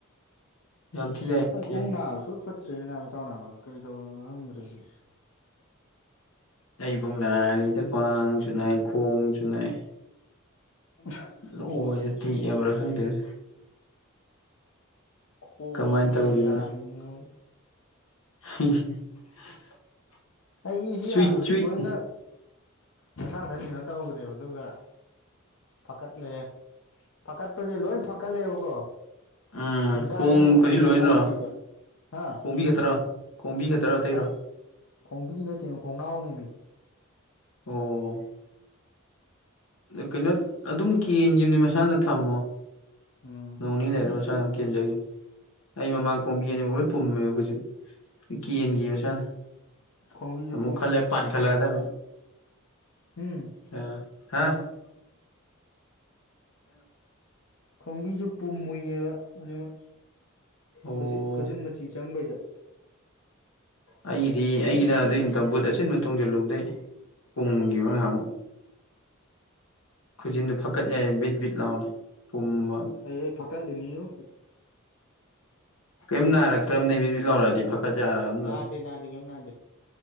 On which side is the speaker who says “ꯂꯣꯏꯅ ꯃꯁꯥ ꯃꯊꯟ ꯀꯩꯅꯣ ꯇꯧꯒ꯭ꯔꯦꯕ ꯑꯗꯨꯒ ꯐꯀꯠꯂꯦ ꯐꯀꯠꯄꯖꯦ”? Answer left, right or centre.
Left